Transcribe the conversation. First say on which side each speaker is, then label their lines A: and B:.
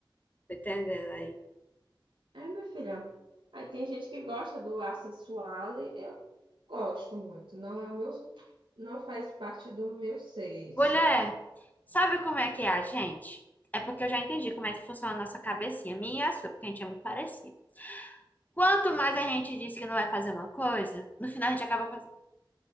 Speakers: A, on the left (about 20°); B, on the right (about 75°).
A: tô entendendo aí.
B: É, minha filha. Aí tem gente que gosta do ar sensuale. Eu gosto muito. Não é o meu, não faz parte do meu sexo.
A: Mulher, sabe como é que é a gente? É porque eu já entendi como é que funciona a nossa cabecinha, minha e a sua, porque a gente é muito parecido. Quanto mais a gente diz que não vai fazer uma coisa, no final a gente acaba fazendo.